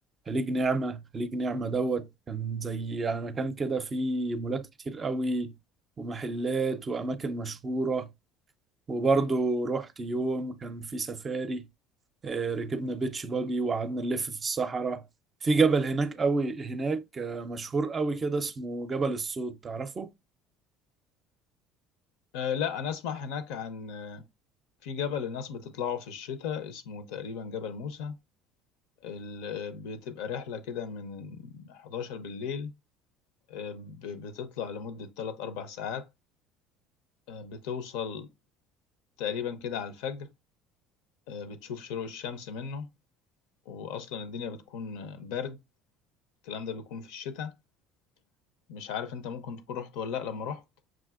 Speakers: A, on the right; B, on the left.
A: خليج نعمة خليج نعمة دوت كان زي يعني مكان كده فيه مولات كتير قوي ومحلات وأماكن مشهورة وبرضه رحت يوم كان فيه سفاري آه، ركبنا بيتش باجي وقعدنا نلف في الصحراء في جبل هناك قوي هناك آه، مشهور قوي كده اسمه جبل الصوت تعرفه؟
B: أه لا انا اسمع هناك عن آه، في جبل الناس بتطلعه في الشتاء اسمه تقريبا جبل موسى ال- بتبقى رحلة كده من 11 بالليل آه، ب- بتطلع لمدة 3 4 ساعات آه، بتوصل تقريبا كده على الفجر آه، بتشوف شروق الشمس منه واصلا الدنيا بتكون آه، برد الكلام ده بيكون في الشتاء مش عارف انت ممكن تكون رحت ولا لا لما رحت